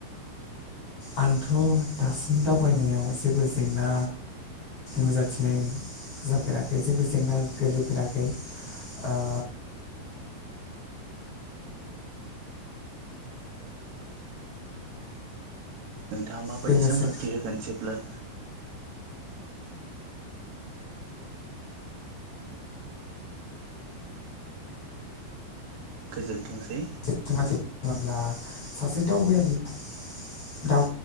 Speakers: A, on the left; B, on the right.
A: आंथ' दासिम दावबायनायाव जेबो जेंना नुजाथिनाय जाफेराखै जेबो जेंना गोलैफेराखै ओ
B: नोंथाङा माबायदि
A: बेनोसै
B: सांग्रांथि होगोन जेब्ला गोजोनथोंसै
A: सांग्राथि बोङोब्ला सासे दावबायारिया दाव